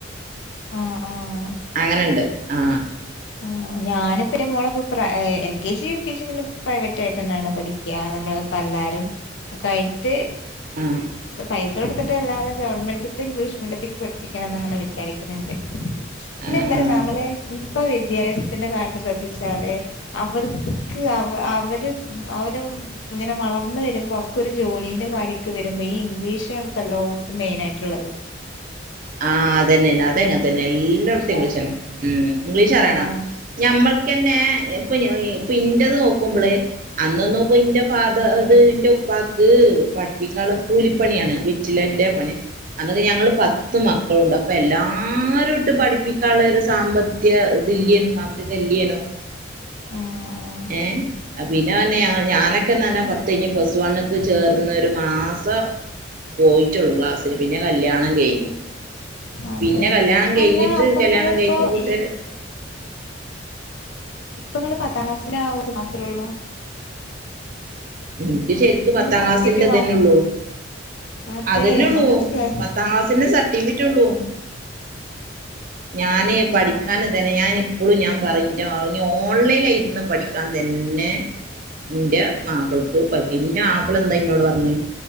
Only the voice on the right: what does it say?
അങ്ങനെണ്ട് ആ.
ആഹ്
ആഹ് ആഹ്
ആഹ് അതന്നെന അത് അങ്ങനെ തന്നെ എലലോട്ത്തും ഇംഗ്ലീഷ് തന്നെ ഉം ഇംഗ്ലീഷ് അറിയണം.
ഞമ്മൾ. ക്ക്യനെ ഇപ്പൊ ഇപ്പൊ ഇന്റത് നോക്കുമ്പോള് അന്നൊന്നും ഇപ്പം ഇന്റെ ഫാതർ അത് ഇന്റെ പ്പാക്ക് പഠിപ്പിക്കാള്ള കൂലിപ്പണിയാണ്. വെറ്റിലന്റെ പണി അന്നൊക്കെ ഞങ്ങള് പ ത്ത് മക്കളുണ്ട് അപ്പൊ എല്ലാരുട്ട് പഠിപ്പിക്കാള്ള ഒരു സാമ്പത്ത്യ ഇതില്യ സാമ്പത്തികല്യേ യേനൂ
ഏ. ആ പിന്നെ പറഞ്ഞ് ഞാ ഞാനൊക്കെന്നാനെ പത്ത്കയിഞ്ഞ് പ്ലസ് വണ്ണ ക്ക് ചേർന്ന് ഒരു മാസം. പോയിട്ടുള്ളു ക്ലാസ്സില് പിന്നെ കല്യാണം കയിഞ്ഞു.
പിന്നെ കല്യാണം കയിഞ്ഞിട്ട്
കല്യാണം
കയിഞ്ഞ കൂട്ടുര്
ഇനിക്ക് ശരിക്ക് പത്താം
ക്ലാസിന്റെ ഇതനെയുള്ളു.
അതെന്നെ
ഉള്ളൂ
പത്താം ക്ലാസിന്റെ സർട്ടിഫിക്കറ്റ് ഉള്ളു. ഞാന് പഠിക്കാൻ
ഇതന്നെ ഞാൻ. ഇപ്പോളും ഞാൻ പറയും ഇന്റെ ഓൺലൈലായിരുന്ന് പഠിക്കാൻ തന്നെ. ഇന്റെ മാപ്പിളക്ക് പറ്റി ഇന്റെ മാപ്പിള എന്താ ഇന്നോട് പറഞ്ഞേ.